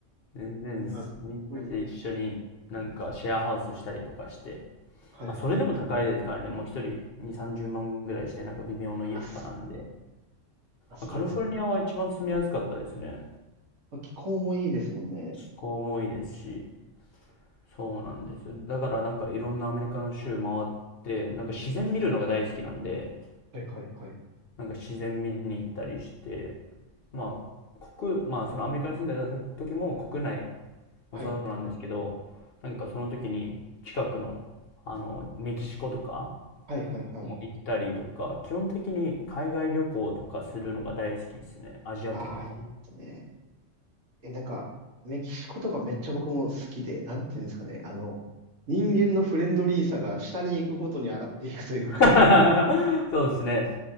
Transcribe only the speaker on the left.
全然です。
みんなで一緒になんかシェアハウスしたりとかして、
まあ、それでも高いですからね。もう一人2、30万ぐらいして、なんか微妙な家とかなんで。
まあ、カリフォルニアは一番住みやすかったですね。
気候もいいですし。そうなんですよ。だからなんかいろんなアメリカの州回って、なんか自然見るのが大好きなんで、
なんか自然見に行ったりして、まあ、国、まあそのアメリカに住んでた時も国内
もそうなんですけど、なんかその時に近くの、あの、メキシコとか
も行ったりとか、基本的に海外旅行とかするのが大好きですね。アジア圏とかも。
<laughs> そうですね。